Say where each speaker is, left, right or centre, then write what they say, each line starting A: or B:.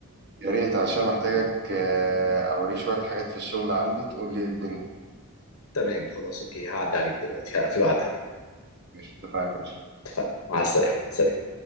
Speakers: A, on the right; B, on the left.
A: يا ريت عشان محتاجك آه، اوريك شويه حاجات في الشغل عندي تقول لي إيه الدنيا
B: تمام خلاص اوكي هعدي عليك دلوقتي هقفل وأعدي عليك
A: ماشي اتفقنا يا باشا
B: اتفقنا مع السلامة سلام